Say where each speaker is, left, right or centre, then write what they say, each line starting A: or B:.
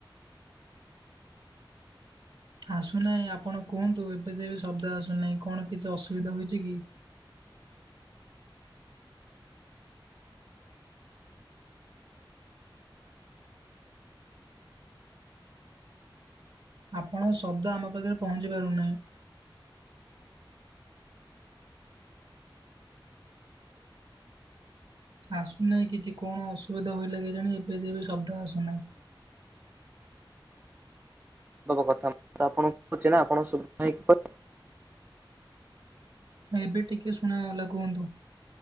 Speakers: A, on the right; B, on the right.
A: ଆସୁନାହିଁ ଆପଣ କୁହନ୍ତୁ ଏବେ ଯେବେ ଶବ୍ଦ ଆସୁନାହିଁ କଣ କିଛି ଅସୁବିଧା ହୋଇଛି କି? ଆପଣଙ୍କ ଶବ୍ଦ ଆମ ପାଖରେ ପହଞ୍ଚି ପାରୁନାହିଁ। ଆସୁନାହିଁ କିଛି କଣ ଅସୁବିଧା ହେଇଲା କି ଜାଣି ଏବେ ଯେବେ ଶବ୍ଦ ଆସୁନାହିଁ।
B: ସବୁ କଥା ଆପଣ <inaudible> ଛି ନା ଆପଣ ସୁବୁ ନାହିଁ <inaudible>
A: ଏବେ ଟିକେ ଶୁଣାଗଲା କୁହନ୍ତୁ।